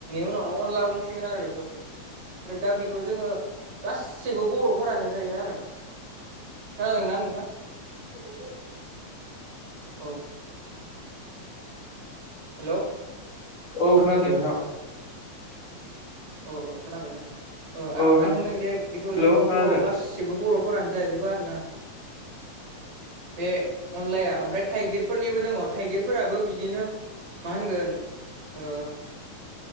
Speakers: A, on the right (about 40°); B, on the left (about 35°).
A: उनावनो अनला बुंसिगोन आरो बेखौ। ओमफ्राय दा बेखौ जोङो गासिबो बर'फोरानो जायो आरो। खोनादोंना नोंथां?
B: <unintelligible>
A: औ हेलौ
B: औ खोनादों नोंथां।
A: औ औ खोनाबाय खोनाबाय। ओ आं
B: औ
A: -आं होनदों जे बेखौ
B: हेलौ
A: जोङो
B: खोनादों
A: बर' गासिबो बर'फोरानो जाजोबो आरो ना। बे अनलाया ओमफ्राय थाइगिरफोरनिबो दङ थाइगिरफोराबो बिदिनो मा होनगोन ओ